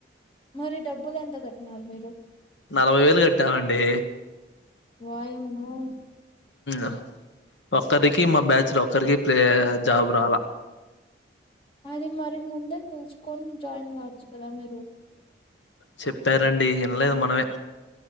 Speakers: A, on the left; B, on the left.
A: మరి డబ్బులు ఎంత కట్టినారు మీరు
B: నలభై వేలు కట్టామండి
A: వాయమ్మో
B: ఉ ఒక్కరికి మా బ్యాచ్ లో ఒక్కరికి ప్లే జాబ్ రాలా
A: అది మరి ముందే తెలుసుకొని జాయిన్ అవచ్చు కదా మీరు
B: చెప్పారండి వినలేదు మనమే